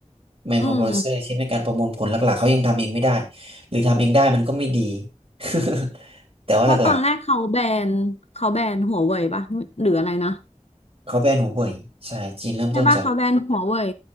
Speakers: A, on the right; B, on the left.
A: ไมโครโปรเซสเซอร์ชิปในการประมวลผลหลักๆเขายังทำเองไม่ได้
B: อืม
A: หรือทำเองได้มันก็ไม่ดี <laughs> แต่ว่าหลัก
B: เพราะตอนแรกเขาแบนเขาแบนหัวเว่ยป่ะหรืออะไรนะ
A: ๆเขาแบนหูเว่ยใช่จีนเริ่มต้นจาก
B: ใช่ป่ะเขาแบนหัวเว่ย